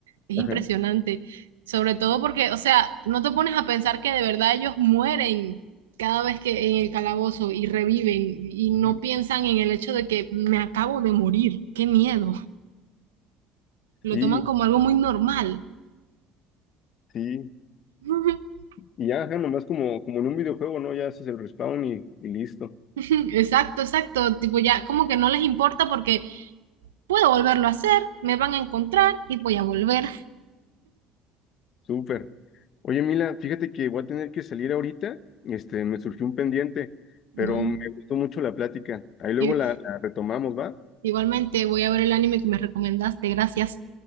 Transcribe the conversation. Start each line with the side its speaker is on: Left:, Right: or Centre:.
Right: Es
Left: Ajá.
Right: impresionante. Sobre todo porque, o sea, no te pones a pensar que de verdad ellos mueren cada vez que en el calabozo y reviven y no
Left: Ujú.
Right: piensan en el hecho de que me acabo de morir. Qué miedo. Lo
Left: Sí,
Right: toman como algo muy normal.
Left: sí.
Right: <laughs>
Left: Y ya, ajá, nomás como, como en un videojuego, ¿no? Ya haces el respawn y, y listo.
Right: Exacto, exacto. Tipo, ya como que no les importa porque puedo volverlo a hacer, me van a encontrar y voy a volver.
Left: Súper. Oye, Mila, fíjate que voy a tener que salir ahorita. Este, me surgió un pendiente,
Right: Vale.
Left: pero me gustó mucho la plática. Ahí luego
Right: Y-
Left: la, la retomamos, ¿va?
Right: Igualmente voy a ver el anime que me recomendaste, gracias.